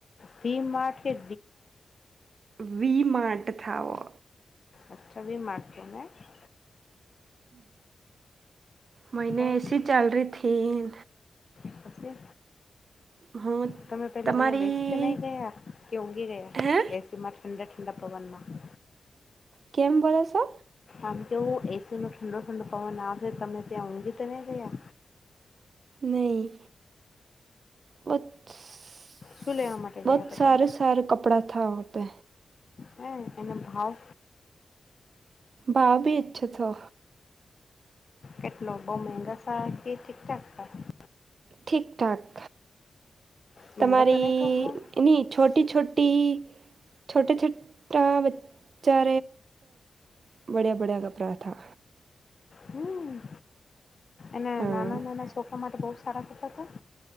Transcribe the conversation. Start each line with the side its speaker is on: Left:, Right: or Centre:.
Left: ડી માર્ટ કે
Right: વી માર્ટ થા વો.
Left: અચ્છા. વી માર્ટ <unintelligible>
Right: મેને
Left: બસ
Right: એસી ચાલ રહી થીન
Left: કસે?
Right: હું
Left: તમે પહેલાં
Right: તમારી
Left: ભઈ આ બેસી તે નહીં ગયા કે ઊંઘી ગયા,
Right: હે
Left: એસીમાં ઠંડા-ઠંડા પવનમાં.
Right: કેમ બોલો સો?
Left: આમ કેવું એ સીનો ઠંડો-ઠંડો પવન આવેસે તમે ત્યાં ઊંઘી તો નહીં ગયા?
Right: નહીં. <unintelligible>
Left: શું લેવા માટે
Right: બહોત
Left: ગયા હતા
Right: સારે-સારે
Left: તમે
Right: કપડાં થા વહાં પે.
Left: હે. એના ભાવ
Right: ભાવ ભી <unintelligible>
Left: કેટલો? બહું મહેંગા સારા કી ઠીક-ઠાક થા?
Right: ઠીક-ઠાક.
Left: મહેંગા
Right: તમારી
Left: તો નહીં થયો બહુ
Right: એની છોટી-છોટી છોટી છોટા બચ્ચા <unintelligible> બડે-બડા કપડાં થા.
Left: હમ્મ. એને
Right: હા
Left: નાના-નાના સોકરા માટે બહુ સારા કપડા થા?